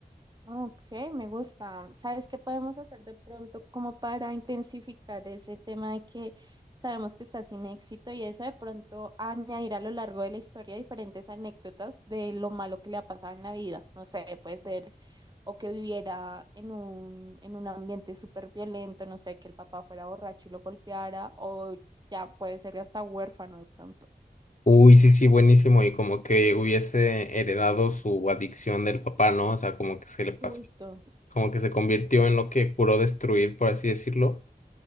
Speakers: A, on the right (about 25°); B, on the left (about 50°).
A: Ok, me gusta. ¿Sabes qué podemos hacer de pronto como para intensificar ese tema de que sabemos que está sin éxito y eso de pronto añadir a lo largo de la historia diferentes anécdotas de lo malo que le ha pasado en la vida? No sé, puede ser o que viviera en un, en un ambiente súper violento, no sé, que el papá fuera borracho y lo golpeara o ya puede ser hasta huérfano de pronto.
B: Uy, sí, sí, buenísimo. Y como que hubiese heredado su adicción del papá, ¿no? O sea, como que se le pasó
A: Justo.
B: como que se convirtió en lo que juró destruir, por así decirlo,